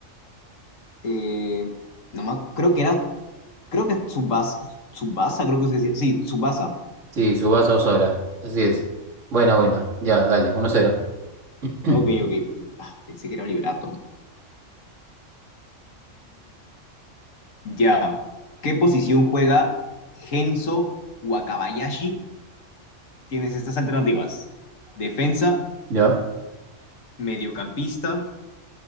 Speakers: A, on the left; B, on the right.
A: Eh, no me ac- creo que era, creo que Tsubasa, Tsubasa, creo que se decía. Sí, Tsubasa.
B: Sí, Tsubasa Ozora, así es. Buena, buena, ya, dale, uno cero <clears throat>
A: Ok, ok. Ah, pensé que era Oliver Atom. Ya. ¿Qué posición juega Genso Wakabayashi? Tienes estas alternativas. Defensa,
B: Ya,
A: mediocampista,